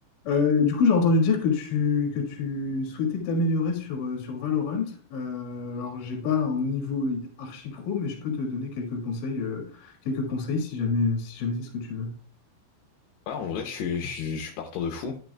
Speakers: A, on the left; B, on the left.
A: Euh, du coup, j'ai entendu dire que tu, que tu souhaitais t'améliorer sur, euh, sur Valorant. Euh, alors, j'ai pas un niveau archi pro, mais je peux te donner quelques conseils, euh, quelques conseils si jamais, si jamais c'est ce que tu veux.
B: Ouais, en vrai, je suis, je suis, je suis partant de fou.